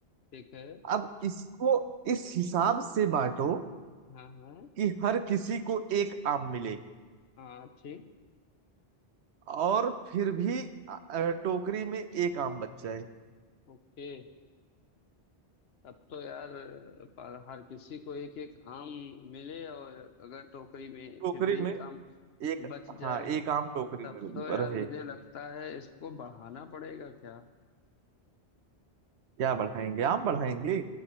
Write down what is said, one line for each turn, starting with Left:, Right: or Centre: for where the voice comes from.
Left: ठीक है
Right: अब इसको इस हिसाब से बांटो
Left: हाँ हाँ
Right: कि हर किसी को एक आम मिले
Left: हाँ ठीक
Right: और फिर भी अ, टोकरी में एक आम बच जाए
Left: ओके अब तो यार पर हर किसी को एक एक आम मिले और अगर टोकरी में
Right: टोकरी
Left: फिर भी
Right: में
Left: एक आम
Right: एक
Left: बच
Right: हाँ
Left: जाए
Right: एक आम टोकरी
Left: तब
Right: में
Left: तो यार
Right: रहे
Left: मुझे लगता है इसको बढ़ाना पड़ेगा क्या
Right: क्या बढ़ाएंगे आम बढ़ाएंगे